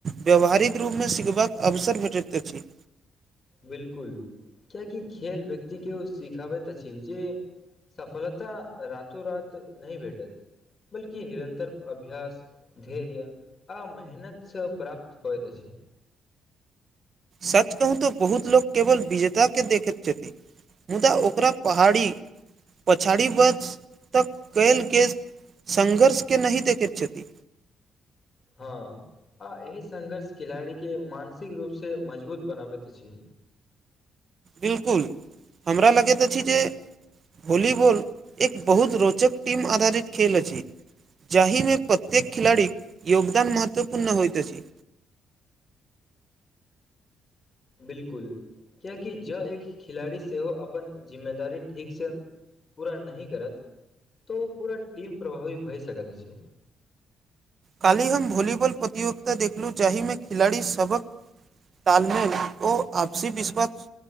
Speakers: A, on the right (about 45°); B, on the left (about 35°).
A: व्यावहारिक रूपमें सिखबाक अवसर भेटैतऽ अछि
B: बिल्कुल किय कि खेल व्यक्ति के ओ सिखाबैत अछि जे सफलता रातो रात नहि भेटत बल्कि निरन्तर अभ्यास धैर्य आ मेहनतसँ प्राप्त होइ त छै
A: सच कहू तऽ बहुत लोक केवल विजेताकेँ देखैत छथिन मुदा ओकरा पहाड़ी पछाड़ी वर्ष तक कयल गेल संघर्ष के नहि देखैत छथि
B: हँ आ एहि संघर्ष खिलाड़ीक के मानसिक रूप से मजबूत बनाबैत अछि
A: बिल्कुल हमरा लगैत अछि जे वॉलीबॉल एक बहुत रोचक त टीम आधारित खेल अछि जाहि में प्रत्येक खिलड़ी क योगदान महत्वपूर्ण होइत अछि
B: बिल्कुल कियकि जँ एक खिलाड़ी सेहो अपन जिम्मेदारी ठीकसँ पूरा नहि करत तऽ ओ पूरा टीम प्रभावी भए सकैत अछि
A: काल्हि हम वॉलीबॉल प्रतियोगिता देखलूँ जाहिमे खिलाड़ी सभक तालमेल ओ आपसी विश्वास